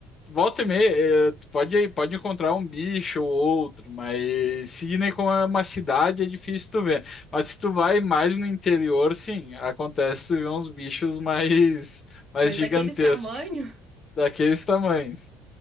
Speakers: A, on the left (about 25°); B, on the right (about 25°).
A: Volta e meia, eh, tu pode, pode encontrar um bicho ou outro, mas Sydney como é uma cidade é difícil tu ver. Mas se tu vai mais no interior, sim, acontece tu ver uns bichos mais, mais
B: Mas
A: gigantescos.
B: daqueles tamanho,
A: daqueles tamanhos.